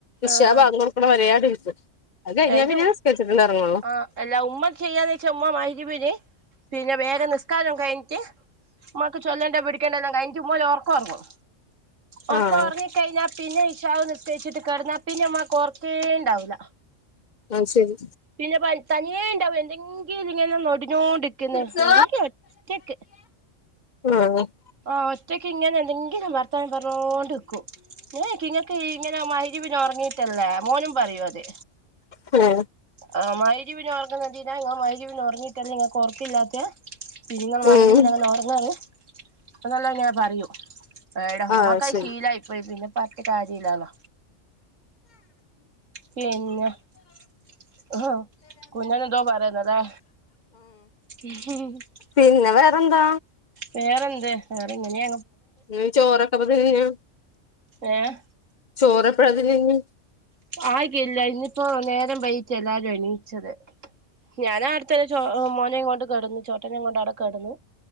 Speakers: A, on the left (about 45°); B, on the right (about 85°).
A: ഇശാബാങ്ക്
B: ആഹ്
A: കൊടുക്ക്ണവെരെഇര്ന്ന് അത്കയ്ഞാ
B: എന്റെ
A: പിന്നെനിസ്‌ക്കരിച്ചിട്ട എറങ്ങൊള്ളൂ.
B: ആഹ് എല്ലാഉമ്മ ചെയ്യാന്ന് വെച്ചഉമ്മ മഹ്രിബ്ന് പിന്നെവേഗം നിസ്കാരം കയ്ഞ്ഞിട്ട് ഉമ്മാക്ക് ചൊല്ലേണ്ടേപിടിക്കേണ്ടല്ലാം കഴിഞ്ഞിട്ട്ഉമ്മ ഒര്ഒർക്കം ഒർങ്ങും ഓർക്കംഒർങ്ങീട്ട്
A: ആഹ്
B: കയ്ഞ്ഞാൽ പിന്നെ ഇഷാഹ്നിസ്‌ക്കരിച്ച്ട്ട് കെടന്നാ പിന്നെ ഉമ്മാക്ക്ഓർക്കേണ്ടാവൂല.
A: ആത് ശെരി.
B: പിന്നെ പ തനിയേ ഉണ്ടാവും എന്തെങ്കിലും ഇങ്ങനെ നൊടിഞ്ഞോണ്ടിക്കണ്
A: ആഹ്
B: അല്ലെങ്കി ഒറ്റക്ക്
A: ആഹ്
B: ആഹ് ഒറ്റയ്ക്ക്ഇങ്ങനെ എന്തെങ്കിലും ഭർത്താനം പറഞ്ഞോണ്ട്നിക്കും. ഞാഒയ്ക്കും ഇങ്ങക്ക് ഇങ്ങനെമഗ്‌രിബിന് ഇങ്ങനെഒർങ്ങീട്ടല്ലേ മോനുംപറയും അത്
A: ഹേ
B: ആഹ് മഗ്‌രിബിന് ഒറങ്ങുന്നതെന്തിനാ ഇങ്ങൾ മഗ്‌രിബിന് ഒർങ്ങിയിട്ടല്ലേ ഇങ്ങക്ക് ഒർക്കില്ലാത്തെ ങ്ങള് മഗ്‌രിബ്ന്
A: ഉം
B: കെടന്നൊറങ്ങാൻ അതെല്ലാ ഞാൻ പറയൂ ഏടെഉമ്മഹ്
A: ആഹ് ശരി
B: ശീലയിപ്പോയി പിന്നെപ്പോ പറഞ്ഞിട്ട് കാര്യല്ലല്ലോ. പിന്നെഹാ കുഞ്ഞോൻ എന്തോ പറയുന്ന്ലേ <unintelligible>
A: പിന്നെവേറെന്താ?
B: വേറെന്ത് വേറെഇങ്ങനെയ
A: ന്ന് ചോറൊക്കെപ്പോ തന്നെയാ
B: ഏഹ്
A: ചോറെപ്പയാതിന്നാഞ്ഞി
B: ആകില്ല ഇന്ന്പ്പോ നേരം വൈകീട്ട എല്ലാരും എണീച്ചത് ഞാനാ അടുതെന്നെ ചോ മോനെയും കൊണ്ട് കെട്ന്നു ചോട്ടനെയും കൊണ്ട് അവിടെകെട്ന്നു.